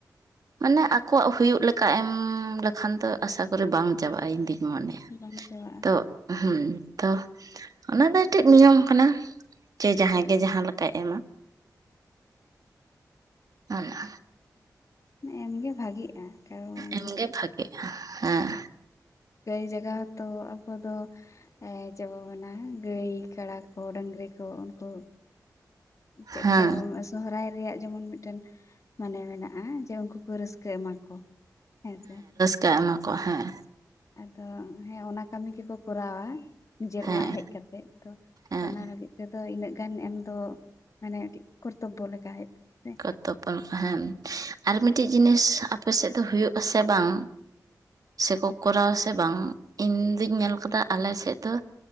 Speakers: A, on the right; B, on the left.
A: ᱢᱟᱱᱮ ᱟᱠᱚᱣᱟᱜ ᱦᱩᱭᱩᱜ ᱞᱮᱠᱟ ᱮᱢ ᱞᱮᱠᱷᱟᱱ ᱫᱚ ᱟᱥᱟ ᱠᱚᱨᱮ ᱵᱟᱝ ᱪᱟᱵᱟᱜᱼᱟ ᱤᱧ ᱫᱤᱧ ᱢᱚᱱᱮᱭᱟ
B: ᱵᱟᱝ ᱪᱟᱵᱟᱜᱼᱟ
A: ᱛᱚ ᱦᱩ ᱛᱚ ᱚᱱᱟ ᱫᱚ ᱢᱤᱫᱴᱮᱱ ᱱᱤᱭᱚᱢ ᱠᱟᱱᱟ᱾ ᱡᱮ ᱡᱟᱦᱟᱸᱭ ᱜᱮ ᱡᱟᱦᱟᱸ ᱞᱮᱠᱟᱭ ᱮᱢᱟ ᱚᱱᱟ
B: ᱮᱢᱜᱮ ᱵᱷᱟᱜᱤᱜᱼᱟ ᱠᱟᱨᱚᱱ
A: ᱮᱢᱜᱮ ᱵᱷᱟᱜᱤᱜᱼᱟ ᱦᱮᱸ
B: ᱜᱟᱹᱭ ᱡᱟᱜᱟᱣ ᱦᱚᱛᱚ ᱟᱠᱚ ᱫᱚ ᱮᱜ ᱪᱮᱫ ᱵᱚ ᱢᱮᱱᱟ ᱜᱟᱹᱭ ᱠᱟᱰᱟ ᱠᱚ ᱰᱝᱨᱤ ᱠᱚ ᱩᱱᱠᱩ ᱪᱮᱫ
A: ᱦᱮᱸ
B: ᱠᱚ ᱥᱚᱦᱨᱟᱭ ᱨᱮᱭᱟᱜ ᱡᱮᱢᱚᱱ ᱢᱤᱫᱴᱮᱱ ᱢᱟᱱᱮ ᱢᱮᱱᱟᱜᱼᱟ ᱡᱮ ᱩᱱᱠᱩ ᱠᱚ ᱨᱟᱹᱥ ᱠᱟᱹ ᱮᱢᱟᱠᱚ ᱦᱮᱸ ᱥᱮ
A: ᱪᱮ ᱮᱢᱟ ᱠᱚ ᱦᱮᱸ
B: ᱟᱫᱚ ᱦᱮᱸ ᱚᱱᱟ ᱠᱟᱹᱢᱤ ᱜᱮᱠᱚ ᱠᱚᱨᱟᱣᱟ ᱱᱤᱡᱮᱨ
A: ᱦᱮᱸ
B: ᱚᱲᱟᱜ ᱦᱮᱡ ᱠᱟᱛ ᱮᱫ ᱛᱚ
A: ᱦᱮᱸ
B: ᱚᱱᱟ ᱞᱟᱹᱜᱤᱫ ᱛᱮᱫᱚ ᱤᱱᱟᱹᱜ ᱜᱟᱱ ᱮᱢ ᱫᱚ ᱢᱟᱱᱮ ᱠᱟᱹᱴᱤᱡ ᱠᱚᱨᱛᱚᱵᱽᱵᱚ ᱞᱮᱠᱟ ᱦᱩᱭᱩᱜ ᱠᱟᱱᱟ ᱥᱮ
A: ᱠᱚᱛᱚᱵ ᱦᱮᱸ ᱟᱨ ᱢᱤᱫᱴᱤᱡ ᱡᱤᱱᱤᱥ ᱟᱯᱮ ᱥᱮᱫ ᱫᱚ ᱦᱩᱭᱩᱜ-ᱟ ᱥᱮ ᱵᱟᱝ, ᱥᱮᱠᱚ ᱠᱚᱨᱟᱣᱟ ᱥᱮ ᱵᱟᱝ, ᱤᱧ ᱫᱩᱧ ᱧᱮᱞ ᱠᱟᱫᱟ ᱟᱞᱮ ᱥᱮᱫ ᱫᱚ